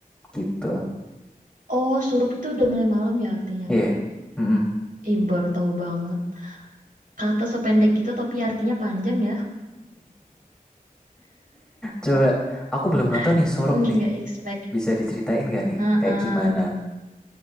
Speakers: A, in the centre; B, on the right.
A: gitu.
B: oh surup itu udah mulai malam ya artinya.
A: Iya. mm-mm.
B: Ih, baru tahu banget. Kata sependek gitu tapi artinya panjang ya.
A: Coba aku belum nonton
B: <laughs>
A: nih surup nih.
B: Nggak expect.
A: Bisa diceritain gak nih
B: Heeh.
A: kayak gimana?